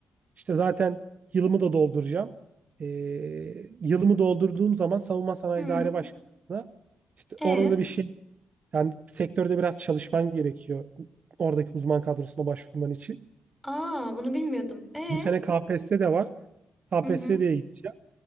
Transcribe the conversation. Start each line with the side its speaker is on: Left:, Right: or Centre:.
Right: işte zaten yılımı da dolduracağım. E, yılımı doldurduğum zaman Savunma Sanayi
Centre: Hı.
Right: İdare Başkanlığı'na işte
Centre: E.
Right: orada da bir şey yani sektörde biraz çalışman gerekiyor. Oradaki uzman kadrosuna başvurman için.
Centre: Aa bunu bilmiyordum. E.
Right: Bu sene KPSS de var. KPSS
Centre: Hı hı.
Right: diye gideceğim.